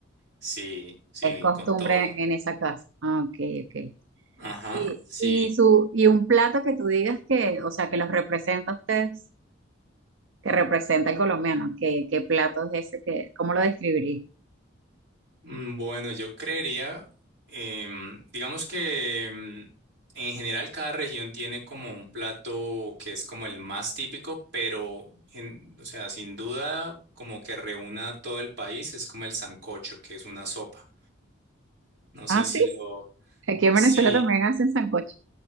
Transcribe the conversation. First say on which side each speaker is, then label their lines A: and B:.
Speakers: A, on the right (about 55°); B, on the right (about 70°).
A: Sí, sí,
B: Es costumbre
A: con todo.
B: en esa casa. Ah, ok, ok.
A: Ajá,
B: Y,
A: sí.
B: y, su, y un plato que tú digas que, o sea, que los representa a ustedes, que representa al colombiano, ¿qué, qué plato es ese? Que, ¿cómo lo describirías?
A: Mm, Bueno, yo creería, em, digamos que em, en general cada región tiene como un plato que es como el más típico, pero, en- o sea, sin duda, como que reúna a todo el país, es como el sancocho, que es una sopa. No sé
B: Ah,
A: si
B: sí,
A: lo...
B: aquí en
A: Sí,
B: Venezuela también hacen sancocho,